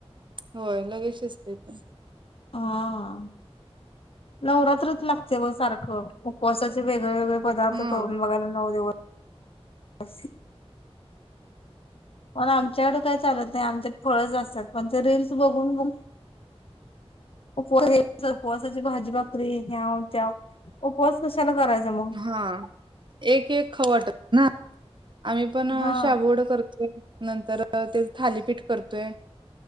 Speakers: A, on the right; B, on the left.
A: होय, लगेच शिजतेत
B: हा आ नवरात्रात लागतय ब सारखं उपवासाच वेगवे वेगवेगळे पदार्थ
A: हम्म
B: करून बघायला नऊ दिवस असं पण आमच्याकडं काय चालत नाही, आमच्यात फळंच असतात पण ते रीलस बघून बघून, उपवास... उपवासाची भाजी... भाकरी, ह्याव त्याव... उपवास कशाला करायचा मग.
A: हा एक एक खाऊ वाटत ना आम्ही पण अ
B: हा.
A: शाबूवड करतोय. नंतर त्याचं थालीपीठ करतोय